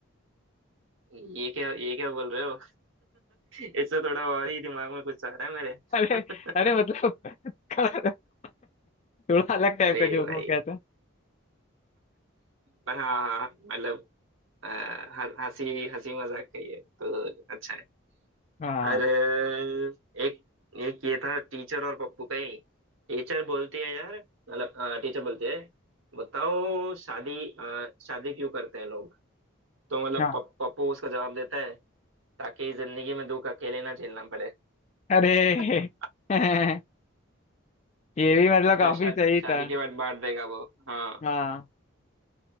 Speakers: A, on the right; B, on the left.
A: ये क्या ये क्या बोल रहे हो <laughs> इससे थोड़ा और ही दिमाग में कुछ आ रहा है मेरे
B: <laughs> अरे अरे
A: <laughs>
B: मतलब <laughs> खड़ा रह- थोड़ा अलग टाइप
A: अरे
B: का जोक
A: भाई
B: हो गया था
A: पर हाँ हाँ मतलब अ, ह- हंसी हंसी मजाक का ही है तो अच्छा है
B: हाँ
A: और अ, एक एक ये था टीचर और पप्पू का ही टीचर बोलती है यार मतलब टीचर बोलती है बताओ शादी अ, शादी क्यों करते हैं लोग तो मतलब
B: हाँ
A: पप- पप्पू उसका जवाब देता है ताकि जिंदगी में दुख अकेले ना झेलना पड़े
B: अरे
A: <laughs>
B: <laughs> ये भी मतलब काफी
A: ना, शाद,
B: सही
A: शादी
B: था
A: के बाद बांट देगा वो हाँ
B: हाँ